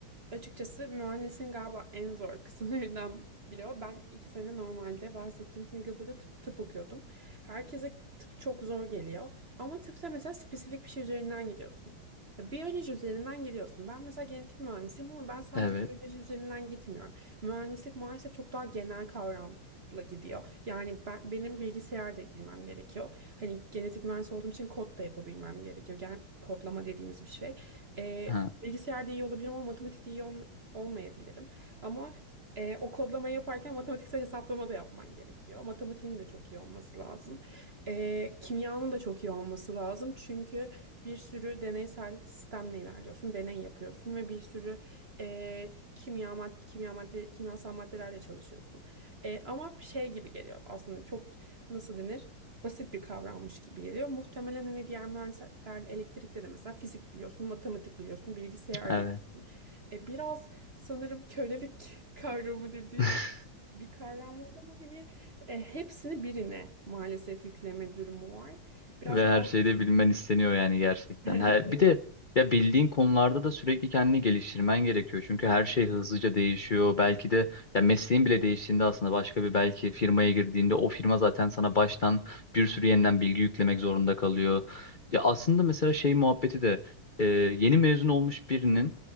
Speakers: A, on the right; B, on the left.
A: Açıkçası mühendisin galiba en zor kısımlarından biri o. Ben iki sene normalde bahsettiğim Singapur'da tıp, tıp okuyordum. Herkese tıp çok zor geliyor. Ama tıpta mesela spesifik bir şey üzerinden gidiyorsun. Ya, Biyoloji üzerinden gidiyorsun. Ben mesela genetik mühendisiyim ama ben sadece
B: Evet.
A: biyoloji üzerinden gitmiyorum. Mühendislik maalesef çok daha genel kavramla gidiyor. Yani ben, benim bilgisayar da bilmem gerekiyor. Hani genetik mühendis olduğum için kod da yapabilmem gerekiyor. Gen kodlama dediğimiz bir şey. Ee,
B: Ha,
A: Bilgisayarda iyi olabilirim ama matematikte iyi olm- olmayabilirim. Ama e, o kodlama yaparken matematiksel hesaplama da yapman gerekiyor. Matematiğin de çok iyi olması lazım. E, kimyanın da çok iyi olması lazım. Çünkü bir sürü deneysel sistemle ilerliyorsun. Deney yapıyorsun ve bir sürü e, kimya mad kimya madde kimyasal maddelerle çalışıyorsun. E, ama şey gibi geliyor aslında çok nasıl denir? basit bir kavrammış gibi geliyor. Muhtemelen hani diğer mühendisler elektrikte de mesela fizik biliyorsun, matematik biliyorsun, bilgisayar
B: evet.
A: biliyorsun. E, biraz sanırım kölelik <laughs> kavramı dediğim
B: <laughs>
A: bir kavram var ama hani e, hepsini birine maalesef yükleme durumu var. Biraz
B: Ve her
A: al-
B: şeyde bilmen isteniyor yani gerçekten.
A: <laughs>
B: Ha bir de ya bildiğin konularda da sürekli kendini geliştirmen gerekiyor. Çünkü her şey hızlıca değişiyor. Belki de ya mesleğin bile değiştiğinde aslında başka bir belki firmaya girdiğinde o firma zaten sana baştan bir sürü yeniden bilgi yüklemek zorunda kalıyor. Ya aslında mesela şey muhabbeti de e, yeni mezun olmuş birinin